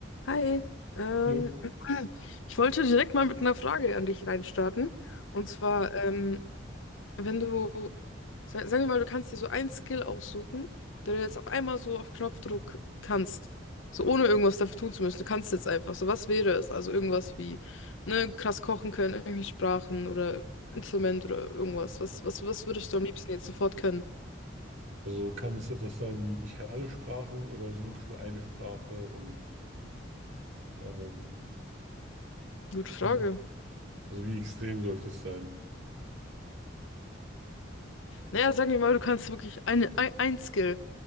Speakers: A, on the left; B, on the right.
A: Hi, ähm,
B: Nö.
A: <clears throat> ich wollte direkt mal mit einer Frage an dich reinstarten. Und zwar, ähm, wenn du, sa- sagen wir mal, du kannst dir so einen Skill aussuchen, den du jetzt auf einmal so auf Knopfdruck kannst. So ohne irgendwas dafür tun zu müssen. Du kannst jetzt einfach. So, was wäre es? Also irgendwas wie, ne, krass kochen können, irgendwelche Sprachen oder Instrument oder irgendwas. Was, was, was würdest du am liebsten jetzt sofort können?
B: Also kann es etwas sein wie, ich kann alle Sprachen oder so wirklich nur eine Sprache und ähm,
A: Gute Frage.
B: Mhm. also wie extrem sollte es sein?
A: Naja, sagen wir mal, du kannst wirklich eine, ein, ein Skill.